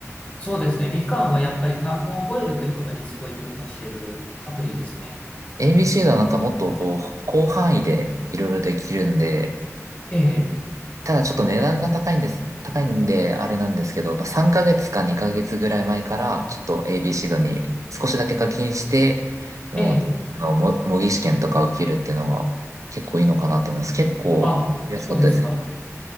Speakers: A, on the left; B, on the right.
A: そうですね。みかんはやっぱり単語を覚えるってことにすごい特化してるアプリですね。
B: ABC はなんかもっとこう、広範囲でいろいろできるんで、
A: ええ、
B: ただちょっと値段が高いんです。高いんで、あれなんですけど、まあ、3ヶ月か2ヶ月ぐらい前から、ちょっと ABC 度に少しだけ課金して、もう、
A: ええ、
B: あの、も模擬試験とか受けるっていうのが結構いいのかなと思います。結構安かったですよ。
A: あ、そうですか。